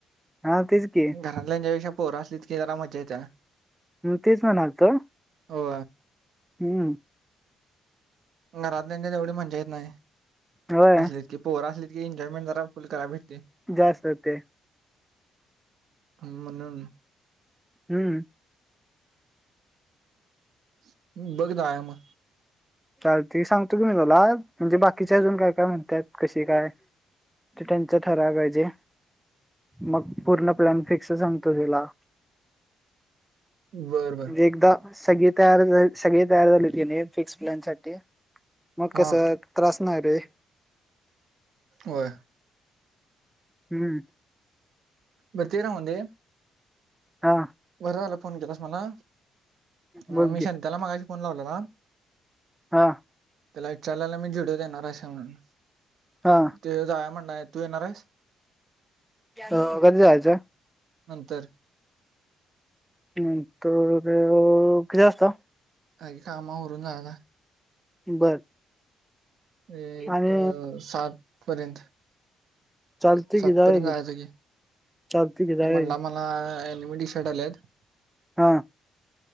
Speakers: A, in the centre; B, on the right.
A: हा तेच की
B: घरातल्याच्या्यापेक्षा पोहर असलीत की जरा मज्जा येत
A: मग तेच म्हणालतो
B: हो
A: हम्म
B: घरातल्याच्या तेवढी म्हणज येत नाही
A: होय
B: असलेच की पोहर असली. एंजॉयेंटरा फु करा भटते.
A: जा सकते
B: ह म्हणून
A: हम्म.
B: हम्. बघदा आहे मग
A: चाल ते सांग. तुम्हीलात म्हजे बाकी तिच्या अजून का काय म्हणतात कशी काय. ते त्यांच ठराव पाहिजे मग पूर्ण प्लॅन फिक्स सांगतो तुला
B: बर बर.
A: म्हणजे एकदा सगळी तयार झा सगळी तयार झाली गेली फिक्स प्लॅन साठी मग
B: हा
A: कस त्रास नाय रे
B: होय.
A: हम्म
B: बर ते राहूंदे.
A: हा
B: घरला <unintelligible> फोन केलास मला?
A: बोल
B: हम मी
A: की
B: शांत्याला मगा फोन लावला ना
A: हा
B: त्याला विचारलायला मी जोडी देणार असे म्हणून
A: हा
B: ते जाय म्हण नाही. टू येणार आहेस.
A: अ कधी जायच.
B: नंतर
A: नंतर अ किती वाजत
B: आई कामावरून जायना
A: बर.
B: एक
A: आणि
B: सात पर्यंत
A: चालतंय
B: सातपर्यंत
A: की जाऊया
B: जायचं की
A: चालतंय की जाऊया
B: म्हणला
A: की
B: मला अ टीशर्ट आल्यात
A: हा